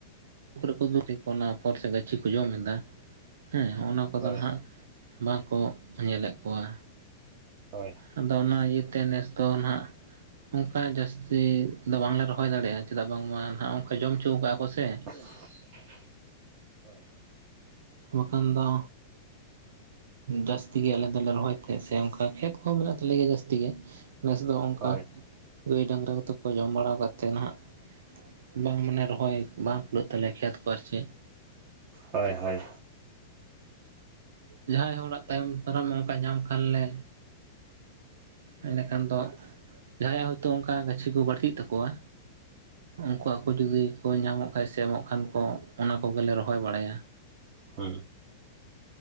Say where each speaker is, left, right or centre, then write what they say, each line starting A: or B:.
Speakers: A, on the right (about 80°); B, on the right (about 35°).
A: ᱠᱚᱨᱮ ᱠᱚ ᱜᱩᱯᱤ ᱠᱚ ᱚᱱᱟ ᱯᱚᱨ ᱥᱮ ᱜᱟᱹᱪᱷᱤ ᱠᱚ ᱡᱚᱢ ᱮᱫᱟ ᱦᱮᱸᱜ ᱚᱱᱟ ᱠᱚᱫᱚ
B: ᱦᱳᱭ
A: ᱱᱟᱱᱟᱜ ᱵᱟᱝᱠᱚ ᱧᱮᱞᱮᱫ ᱠᱚᱣᱟ ᱾
B: ᱦᱳᱭ
A: ᱟᱫᱚ ᱚᱱᱟ ᱤᱭᱟᱹᱛᱮ ᱱᱮᱥ ᱫᱚ ᱱᱟᱦᱟᱜ ᱚᱱᱠᱟ ᱡᱟᱹᱥᱛᱤ ᱫᱚ ᱵᱟᱝᱞᱮ ᱨᱚᱦᱚᱭ ᱫᱟᱲᱮᱭᱟᱜᱼᱟ ᱪᱮᱫᱟᱜ ᱵᱟᱝᱢᱟ ᱱᱟᱦᱟᱜ ᱚᱱᱠᱟ ᱡᱚᱢ ᱚᱪᱚᱣ ᱟᱠᱟᱫᱼᱟ ᱠᱚ ᱥᱮ ᱾
B: <inaudible>
A: ᱵᱟᱠᱷᱟᱱ ᱫᱚ ᱡᱟᱹᱥᱛᱤ ᱜᱮ ᱟᱞᱮ ᱫᱚᱞᱮ ᱨᱚᱦᱚᱭ ᱛᱟᱦᱮᱫ ᱥᱮ ᱚᱱᱠᱟ ᱠᱷᱮᱛ ᱠᱚᱦᱚ ᱢᱮᱱᱟᱜ ᱛᱟᱞᱮᱭᱟ ᱡᱟᱹᱥᱛᱤ ᱜᱮ‌ ᱱᱮᱥ ᱫᱚ ᱚᱱᱠᱟ
B: ᱦᱳᱭ
A: ᱜᱟᱹᱭ ᱰᱟᱝᱨᱟ ᱠᱚᱫᱚ ᱠᱚ ᱡᱚᱢ ᱵᱟᱲᱟᱣ ᱠᱟᱛᱮᱫ ᱱᱟᱦᱟᱜ ᱵᱟᱝ ᱢᱟᱱᱮ ᱨᱚᱦᱚᱭ ᱵᱟᱝ ᱠᱷᱩᱞᱟᱹᱜ ᱛᱟᱞᱮ ᱠᱷᱮᱛ ᱠᱚ ᱟᱨᱪᱮᱫ
B: ᱦᱳᱭ ᱦᱳᱭ
A: ᱡᱟᱦᱟᱭ ᱦᱚᱲᱟᱜ ᱛᱟᱭᱚᱢ ᱫᱟᱨᱟᱢ ᱱᱚᱝᱠᱟ ᱧᱟᱢ ᱠᱷᱟᱱ ᱞᱮ ᱮᱸᱰᱮᱠᱷᱟᱱ ᱫᱚ ᱡᱟᱦᱟᱸᱭᱟᱜ ᱦᱚᱭᱛᱚ ᱚᱱᱠᱟ ᱜᱟᱪᱷᱤ ᱠᱚ ᱵᱟᱹᱲᱛᱤᱜ ᱛᱟᱠᱚᱣᱟ ᱩᱱᱠᱩᱣᱟᱜ ᱟᱠᱚ ᱡᱩᱫᱤ ᱠᱚ ᱧᱟᱢᱚᱜ ᱠᱷᱟᱡ ᱥᱮ ᱮᱢᱚᱜ ᱠᱷᱟᱱ ᱠᱚ ᱚᱱᱟ ᱠᱚᱜᱮᱞᱮ ᱨᱚᱦᱚᱭ ᱵᱟᱲᱟᱭᱟ ᱾
B: ᱦᱩ